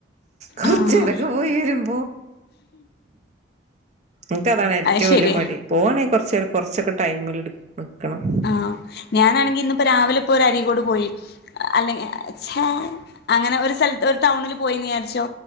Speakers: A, on the right (about 35°); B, on the left (about 50°).
A: കൊറ്ച്ചേരൊക്കെ
B: ആഹ്
A: പോയി വരുമ്പോ. ഇൻക്കതാണ് ഏറ്റും
B: അത് ശരിയാ
A: വെല്ല്യ മടി പോവാണെ കൊറ്ച്ചേരം കൊറ്ച്ചൊക്കെ ടൈമിൽ. നിക്കണം
B: ആഹ് ഞാനാണെങ്കി ഇന്ന്പ്പ രാവിലെപ്പൊരരീകോട് പോയി. അല്ലെങ്കി ചെ അങ്ങന ഒര് സെൽത്തൊ ടൗണില് പോയിന്ന് വിയാര്ച്ചോ